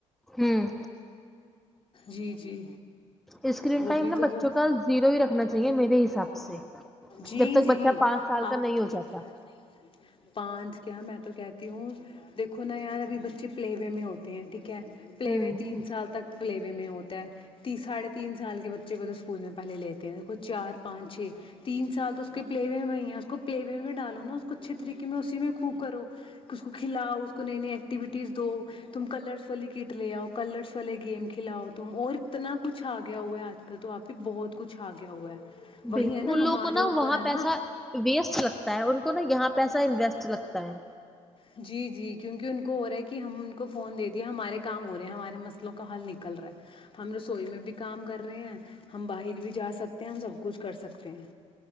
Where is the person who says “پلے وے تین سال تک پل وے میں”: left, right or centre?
Left